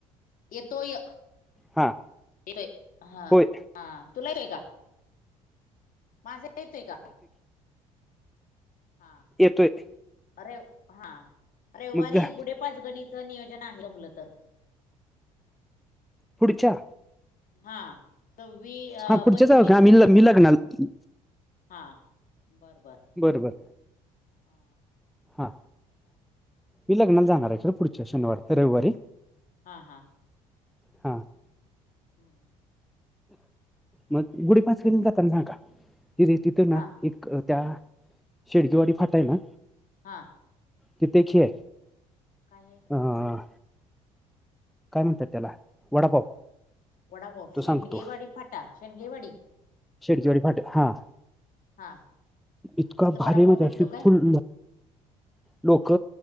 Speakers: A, on the left; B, in the centre.
A: येतो य
B: हा
A: येतोय हा
B: होय
A: हा तुला येतय का माझा येतोय का हा
B: येतो येत
A: रे हा रविवारी
B: मग जा
A: गुढे पाच गणीच नियोजन आहे का मुलं तर
B: पुढच्या
A: हा सव्वीस अ
B: हा पुढच्याच
A: पंचवीस
B: आहो का
A: सव्वीस
B: मी ल मी लग्नाला
A: हा बरबर
B: बरंबरं
A: हा
B: हां
A: चालते
B: मी लग्नाला जाणार आहे खडें पुढच्या शनिवार रविवारी
A: हा हा
B: हां
A: ब हम्म
B: मग गुडी पाच कडेन जाता सांका चथ ना
A: हा
B: एक त्या
A: हा
B: शेडकीेवाडी फाटा आहे ना
A: हां
B: तिती ख आहे
A: काय
B: अं, काय म्हणतात त्याला वडापाव
A: वडा भाऊ
B: तो सांगतो
A: शेंगगेवाडी फाटा शेंगगेवाडी
B: शेडचीवाडी फाटे हा
A: हा हा
B: इतका
A: तिथं
B: भारी
A: वडापाव
B: म्हणजे
A: भेटतो काय
B: फुल लोक